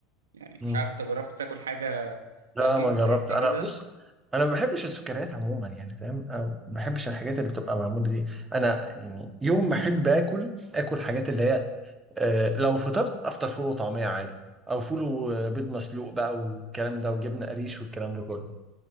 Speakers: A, on the right (about 80°); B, on the right (about 20°).
A: يعني
B: مم.
A: مش عارف انت جربت تاكل حاجة
B: لا
A: بانكيك
B: ما جربت
A: زي
B: أنا
A: كده
B: بص أنا ما بحبش السكريات عموما يعني فاهم أو ما بحبش الحاجات اللي بتبقى معمولة دي أنا يعني يوم ما أحب آكل آكل حاجات اللي هي آه، لو فطرت افطر فول وطعميه عادي او فول وبيض مسلوق بقى والكلام ده وجبنه قريش والكلام ده كله